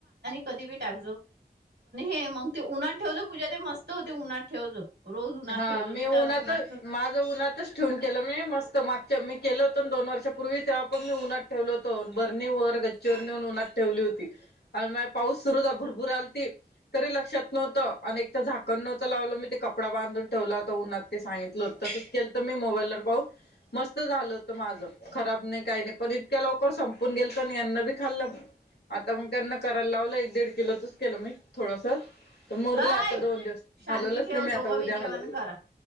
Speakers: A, on the right (about 85°); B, on the left (about 75°).
A: कधीही टाक मग ते उन्हात ठेवजो पूजा ते मस्त होते उन्हात ठेव जाो रोज उन्हात
B: हा
A: ठेवजो
B: मी उन्हातच
A: तर उन्हात
B: माझं उन्हातच ठेवून केलं म्हण मस्त माग मी केलं होतं दोन वर्षापूर्वी तेव पण मी उन्हात ठेवल होतो ंबरणी वर गच्चीवर नेऊन उन्हात ठेवली होती आणि म पाऊस सुरू होता भूरभूर आलती तरी लक्षात नव्हतं आणिने झाकण नव्हतं लावलं मी ते कप बधून ठेवला हो उन्हात ते सांगितल हो तसच केलं तर मी मोबाईलर पाहून मस्त झालं होत माझं खराब नाही काही नाही पण इतक्या लोक संपून गेल तर यांना बी खाल्ल आता मग त्यांना करायला लावलं एक दीड किलोचच केलं मी थोडस तर मोरला
A: अय
B: आता दोन दिवस
A: शांती
B: हलवलंच
A: ठेव
B: नाही मी
A: दोघं
B: आता उद्या
A: बी जेवण
B: हलव
A: करा